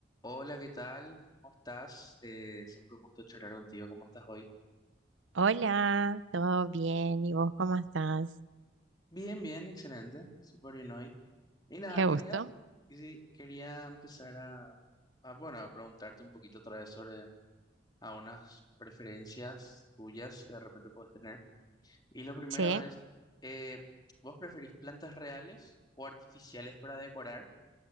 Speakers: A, on the left; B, on the right.
A: Hola, ¿qué tal? ¿Cómo estás? Eh, siempre un gusto charlar contigo. ¿Cómo estás hoy?
B: Hola, ¿todo bien? ¿Y vos cómo estás?
A: Bien, bien, excelente. Súper bien hoy. Y nada,
B: Qué
A: quería,
B: gusto.
A: y sí, quería empezar a, a, bueno, a preguntarte un poquito otra vez sobre a unas preferencias tuyas que de repente puedes tener. Y lo primero
B: Che,
A: es, eh, ¿vos preferís plantas reales o artificiales para decorar?